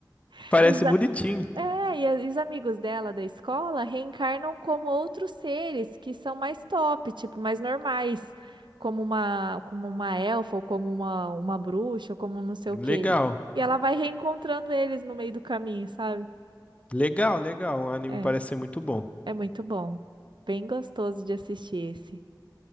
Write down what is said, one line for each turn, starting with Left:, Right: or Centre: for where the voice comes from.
Right: <laughs>
Left: parece bonitinho.
Right: É, e a- e os amigos dela da escola reencarnam como outros seres que são mais top, tipo, mais normais, como uma, como uma elfa, ou como uma, uma bruxa, ou como não sei o quê.
Left: Legal,
Right: E ela vai reencontrando eles no meio do caminho, sabe?
Left: legal, legal. O anime
Right: É,
Left: parece ser muito bom.
Right: é muito bom. Bem gostoso de assistir esse.